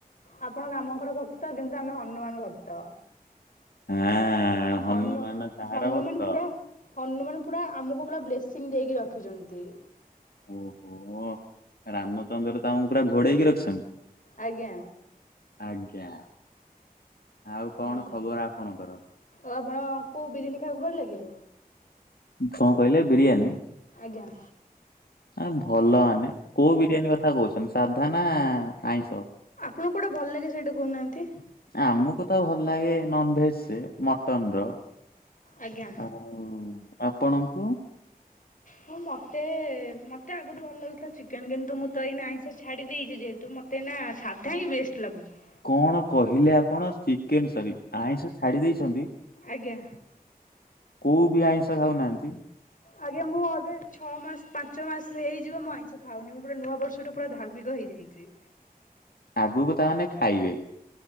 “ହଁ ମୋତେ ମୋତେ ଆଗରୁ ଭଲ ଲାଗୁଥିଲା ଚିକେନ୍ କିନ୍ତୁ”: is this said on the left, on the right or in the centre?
Left